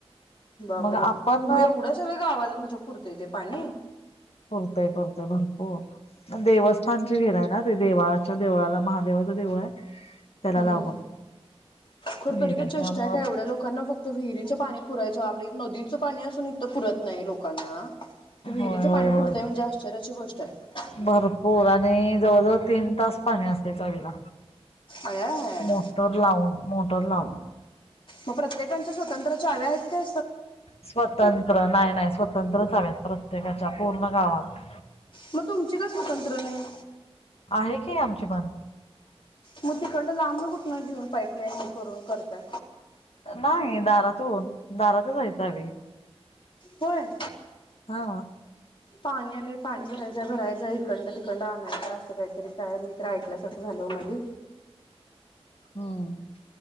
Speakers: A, on the left; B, on the left.
A: बापरे
B: मग आपण
A: मग एवढं सगळ्या गावाला तुमच्या पुरतं तेे पाणी
B: पुरतय पुरतय भरपूर म देवस्थानची हिर आहे ना ते देवाळाच्या देवळाला महादेवा देव आहे त्याला
A: हम्
B: लागून
A: हम खरो
B: विहीर
A: तरी का चेष्टा
B: त्यामुळं
A: आहे का एवढ्या लोकांना फक्त विहिरीचं पाणी पुरायचो आप नदीचं पाणी असून इथं पुरत नाही लोकांना तर विहिरीचं
B: होय
A: पाणी
B: होय होय
A: पुरतंय म्हणजे आश्चर्याची गोष्ट आहे
B: भरपूर आणि जवळजवळ तीन तास पाणी असते चावीला
A: आया हाय
B: मोटर लावून मोटर लाव
A: मग प्रत्येकच्या स्वतंत्र्याच्या हव्या आहेत त्या
B: स्वतंत्र नाही नाही स्वतंत्रच हवत प्रत्येकाच्या पूर्ण गावात
A: मग तुमची का स्वतंत्र नाही
B: आहे काी आमचे पन
A: मोतीखंड लांबणं कुठनं घेऊन पाईपलाईन करून करतय
B: नाही दारातन दारात जायचं आ
A: होय
B: हा
A: पाणी आलंय पाणी भरायच भरायच इकंड तिकंड आणायच असं काहीतरी काय मी तर ऐकल्यासारखं झालं हॅलो माध
B: हम्म